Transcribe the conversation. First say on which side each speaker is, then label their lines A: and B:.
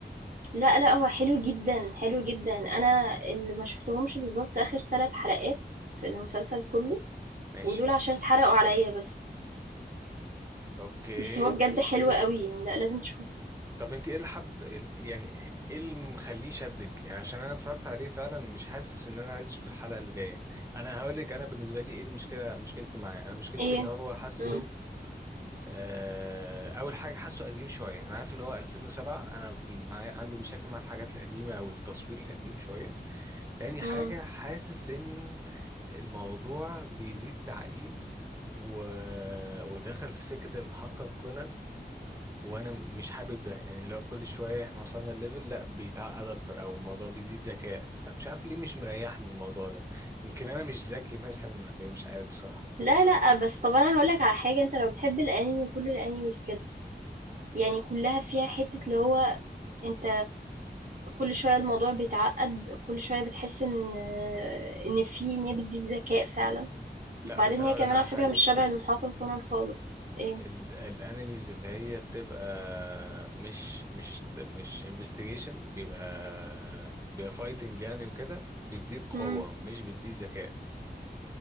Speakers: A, on the right; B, on the right.
A: لأ، لأ، هو حلو جدًا، حلو جدًا. أنا اللي ما شُفتهمش بالضبط آخر 3 حلقات في المسلسل كُلّه،
B: ماشي
A: ودول عشان اتحرقوا عليّا بس،
B: اوكي
A: بس هو بجد أوكي، حلو أوكي. أوي يعني لأ، لازم تشوفه.
B: طب انت ايه اللي حب يعني ايه اللي مخليه شدك يعني عشان انا اتفرجت عليه فعلا مش حاسس ان انا عايز اشوف الحلقة اللي جاية انا هقول لك انا بالنسبة لي ايه المشكلة مشكلتي معاه انا مشكلتي
A: إيه؟
B: ان هو حاسه
A: إمم. إمم،
B: آه، اول حاجة حاسه قديم شوية انا عارف ان هو 2007 انا معايا- عندي مشاكل مع الحاجات القديمة او التصوير القديم شوية تاني حاجة
A: إمم.
B: حاسس إن الموضوع بيزيد تعقيد و... ودخل في سكة المحقق كونان وأنا مش حابب ده يعني اللي هو كل شوية إحنا وصلنا الليفل لأ بيتعقد أكتر أو الموضوع بيزيد ذكاء فمش عارف ليه مش مريحني الموضوع ده يمكن أنا مش ذكي مثلا ولا إيه مش عارف بصراحة
A: لا لأ بس طب أنا هاقول لك على حاجة، أنت لو بتحب الأنمي كل الأنيميز كده، يعني كلها فيها حتة اللي هو أنت كل شوية الموضوع بيتعقد، كل شوية بتحس إن إن في إن هي بتزيد ذكاء فعلا،
B: لأ
A: وبعدين
B: بس أنا
A: هي
B: أقولك
A: كمان
B: على
A: على فكرة
B: حاجة
A: مش شبه المحقق كونان خالص، إيه؟
B: ال الانميز اللي هي بتبقى مش مش مش انفستيجيشن بيبقى بيبقى فايتنج يعني وكده بتزيد قوة
A: مم.
B: مش بتزيد ذكاء